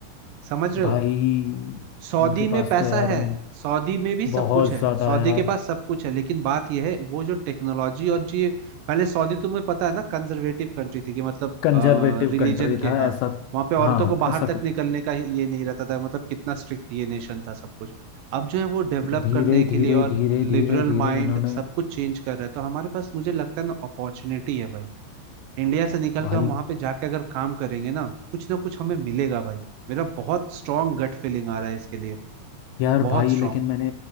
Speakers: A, on the right (about 75°); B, on the left (about 80°).
A: समझ रहे
B: भाई
A: हो सऊदी
B: उनके
A: में
B: पास
A: पैसा
B: तो यार
A: है
B: मैं
A: सऊदी में भी सब
B: बहुत
A: कुछ है
B: ज़्यादा
A: सऊदी
B: यार
A: के पास सब कुछ है लेकिन बात यह है वो जो टेक्नोलॉजी और जी पहले सऊदी तुम्हें पता है ना कंजर्वेटिव कंट्री थी कि मतलब
B: कंजर्वेटिव
A: रिलीजन
B: कंट्री
A: के
B: था
A: हाँ
B: ऐसा
A: वहाँ पे औरतों
B: हाँ
A: को बाहर
B: ऐसा
A: तक
B: कुछ
A: निकलने का ये नहीं रहता था मतलब कितना स्ट्रिक्ट ये नेशन था सब कुछ अब जो है वो डेवलप
B: धीरे
A: करने के
B: धीरे
A: लिए और
B: धीरे
A: लिबरल
B: धीरे धीरे
A: माइंड
B: इन्होंने
A: सब कुछ चेंज कर रहा है तो हमारे पास मुझे लगता है ना अपॉर्चुनिटी है भाई इंडिया से निकल
B: भाई
A: कर हम वहाँ पे जाके अगर काम करेंगे ना कुछ ना कुछ हमें मिलेगा भाई मेरा बहुत स्ट्रांग गट फीलिंग आ रहा है इसके लिए
B: यार
A: बहुत
B: भाई
A: स्ट्रांग
B: लेकिन मैंने